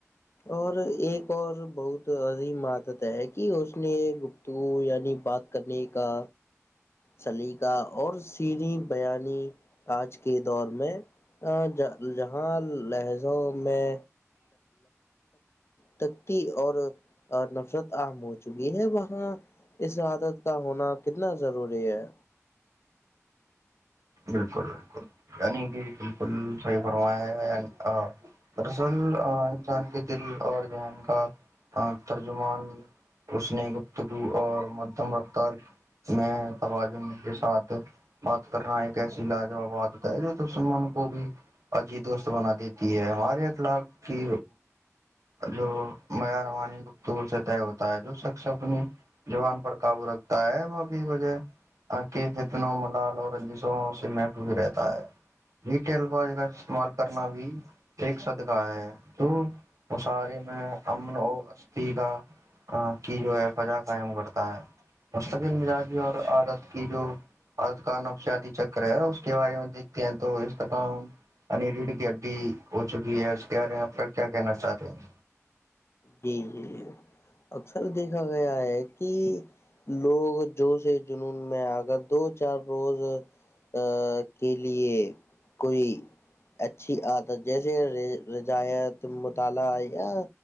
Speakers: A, on the left (about 55°); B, on the right (about 80°).
A: اور ایک اور بہت عظیم عادت ہے کہ اس نے تو یعنی بات کرنے کا سلیقہ اور سری بیانی آج کے دور میں آج جہاں لہجو میں تختی اور نفرت عام ہو چکی ہے وہاں اس عادت کا ہونا کتنا ضروری ہے
B: بالکل بالکل یع ج بالکل صحیح فرمایا گیا دراصل انسان کے دل اور ذہن کا ترجمان اس نے گپتگو اور مدھم رفتار میں تواز کے ساتھ بات کرنا ایک کیسی لاجاباد ہوتا ہے جو تو سلمان کو بھی عجی دوست بنا دیتی ہے ہمارے اخلاق کی جو میا رمانی گپتور سے طے ہوتا ہے جو شخص اپنی جوان پر قابو رکھتا ہے وہ ابھی وجہ کے فتن ملال اور رنجیت سے مٹو بھی رہتا ہے نیٹے الفاظ کا استعمال کرنا بھی ایک صدقہ ہے تو مشعارے میں امن اور اسستھی کا کہ کی جو ہے فجا قائم کرتا ہے مستقل مزاجی اور عادت کی جو عادت کا نبسدی چکر ہے اس کے بارے میں دیکھتے ہیں تو اس کا کام ا گڈی ہو چ گی ہے کیا رہ ہیں آپ کا کیا کہنا چاہ رہے ہیں
A: جی جیی اکثر دیکھا گیا ہے کہ لوگ جو سے جنون میں اگر دو چار روز ا کے لیے کوئی اچھی عادت جیسے رجایت مطالعہ یا